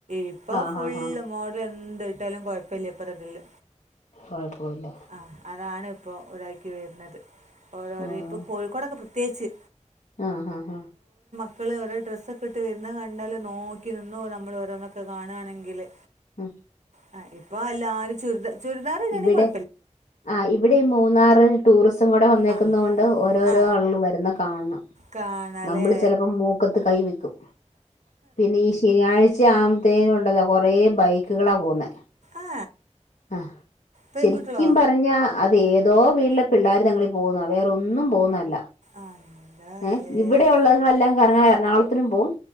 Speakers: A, on the right (about 70°); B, on the left (about 80°).
A: ഇപ്പൊ
B: ആഹ്
A: ഫുള്ള്
B: ആഹ് ആഹ്
A: മോഡൽ എ ത് ഇട്ടാലും കൊഴപ്പല്ലെ ത്രതില്ല
B: കൊഴപ്പവില്ല
A: ആഹ് അതാണ്പ്പൊ ഒരാക്കി വര്ന്നത് ഓരോറീപ്പ്
B: ആഹ്
A: കോഴിക്കോടൊക്കെ പ്ര ത്യേച്ച്
B: ആഹ് ഹാ ഹാ
A: ക്കള് ഓരോ ഡ്രസ്സൊക്കെട്ട് വരുന്ന കണ്ടാല് നോ ക്കി നിന്നോവും നമ്മള് ഓരോന്ന ക്ക കാണണെങ്കില്
B: ആഹ്
A: ആ ഇപ്പൊ അല്ലാരും ചുരിദാ ചുരിദാറിടണെ
B: ഇവിടെ
A: കൊഴ
B: ആ ഇവിടെ ഈ മൂന്നാറ് ടൂറിസ് ട് ഇവടെ വന്നേക്കുന്നോണ്ട്
A: ആ
B: ഓരോരോ
A: ആ
B: ആളെള് വരുന്ന കാണണം
A: കാണാല്ലേ
B: നമ്മള് ചെലപ്പോ മൂക്കത്ത് കൈ വെക്കും പിന്നെ ഈ ശനിയാഴ്ച ആവു ത്തേനുണ്ടല്ലൊ കൊറേ ബൈക്ക്കളാ പോവുന്നേ
A: ആ
B: ആഹ്
A: പെൺകുട്ടികളോ
B: ശരിക്കും പറഞ്ഞ അത് ഏതോ വീട്ടിലെ പിള്ളേർ ങ്ങളിൽ പോകുന്നാണ് വേറൊന്നും പോകുന്നതല്ല
A: ആ എന്താ അല്ലേ
B: ഏ ഇവിടെ ഉള്ളങ്ങളെല്ലാം കറങ്ങറ എറണാകളത്തിനും പോകും